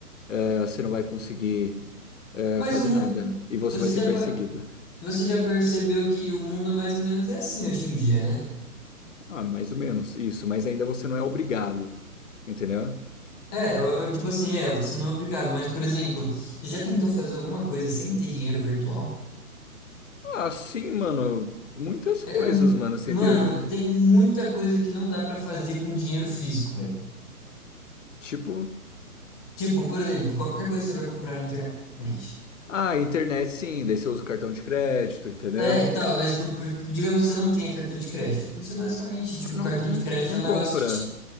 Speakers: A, on the left (about 55°); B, in the centre.
A: eh, você não vai conseguir eh,
B: Mas
A: fazer
B: o mundo,
A: nada. E você
B: você
A: vai ser
B: já,
A: perseguido.
B: pa- você já percebeu que o mundo é mais ou menos é assim hoje em dia, né?
A: Ah, mais ou menos isso, mas ainda você não é obrigado, entendeu?
B: É, eu- eu, tipo assim, é, você não é obrigado, mas, por exemplo, você já tentou fazer alguma coisa sem ter dinheiro virtual?
A: Ah, sim, mano. Muitas coisas,
B: É,
A: mano. Você
B: mano,
A: inter...
B: tem muita coisa que não dá pra fazer com dinheiro físico, velho.
A: Tipo,
B: Tipo, por exemplo, qualquer coisa que você vai comprar na internet.
A: ah, internet sim, daí você usa o cartão de crédito, entendeu?
B: É, e tal, mas por- por- tipo, digamos que você não tenha cartão de crédito. Você basicamente, tipo,
A: Não,
B: o cartão
A: não,
B: de crédito
A: não
B: é um
A: compra.
B: negócio que te.